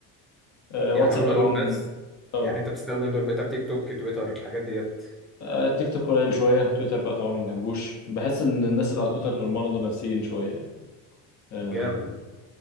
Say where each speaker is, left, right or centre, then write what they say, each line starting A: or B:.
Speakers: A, on the left; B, in the centre.
A: آه
B: يعني
A: واتساب
B: هم
A: طبعا
B: دول بس
A: آه،
B: يعني انت بتستخدم دول بقى تيك توك تويتر الحاجات ديت
A: آه، تيك توك قليل شوية تويتر لا طبعا ما بحبوش بحس إن الناس اللي على تويتر مرضى نفسيين شوية آه،
B: جامد